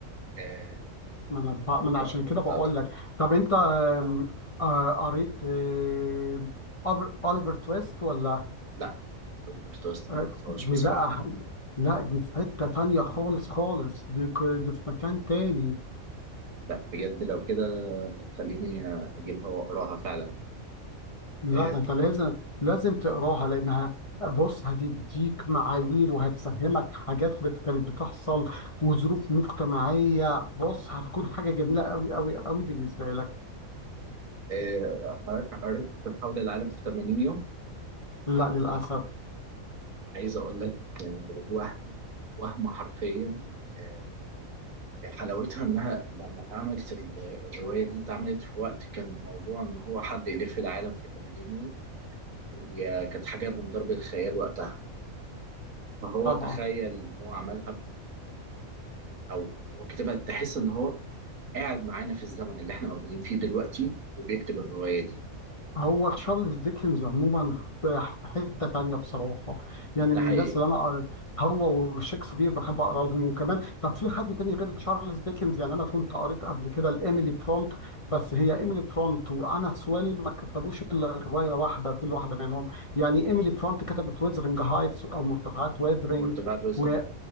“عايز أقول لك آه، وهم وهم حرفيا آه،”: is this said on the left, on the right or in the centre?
Right